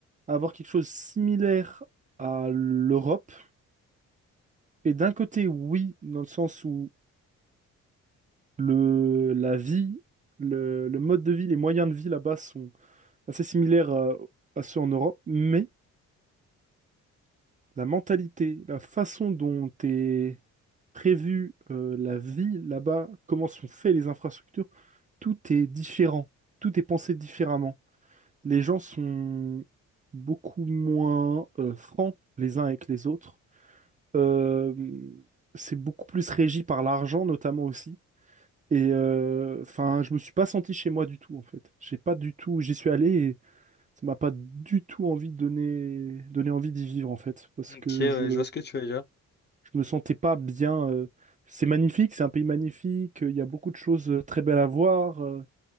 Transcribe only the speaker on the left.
Ok,
ouais,
je vois ce que tu veux dire.